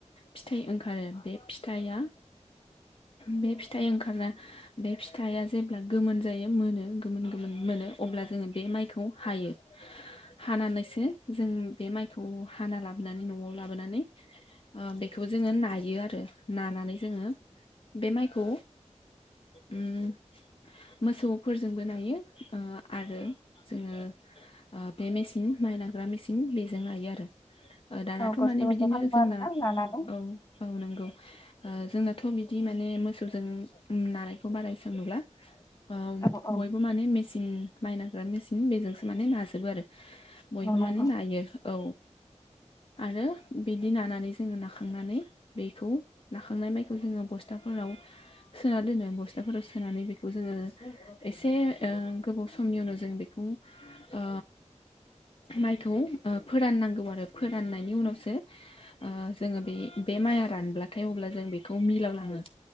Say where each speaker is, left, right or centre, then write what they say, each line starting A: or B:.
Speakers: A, on the left; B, on the left.
A: फिथाइ ओंखारो बे फि थाया बे फिथ थाइ ओंखारना बे फिथाइआ जेब्ला गोमोन जायो मोनो गोमोन गोमोन मोनो अब्ला जोङो बे माइखौ हायो हानानैसो जों बे माइ खौ हाना लाबोनानै न'आव लाबोनानै ओ बेखौ जोङो नायो आरो नाना नै जोङो बे माइखौ उम मोसौफोरजोंबो नायो ओ आरो जोङो बे मेसिन माइ नाग्रा मेसिन बेजों नायो आरो। दानाथ'
B: गरसे
A: माने
B: गरसे
A: बिदिनो
B: खालामो
A: जोंना
B: आरोना लानानै
A: औ औ नोंगौ ओ जोंनाथ' बिदि माने मोसौजों नानायखौ बाराय एसां नुला। ओ
B: औ औ
A: बयबो माने मेसिन माइ नाग्रा मेसिन बेजोंसो माने नाजोबो आरो। बयबो
B: औ
A: माने
B: औ
A: नायो औ। आरो बिदि नानानै जोङो नाखांनानै बेखौ नाखांनाय माइखौ जोङो बस्था फोराव सोना दोनो बस्थाफोराव सोनानै बेखौ जोङो एसे ओ गोबाव समनि उनाव जों बे खौ ओ माइखौ ओ फोराननांगौ आरो फोराननायनि उनावसो ओ जोङो बे बे माइआ रानब्लाथाय अब्ला जों बेखौ मिलाव लाङो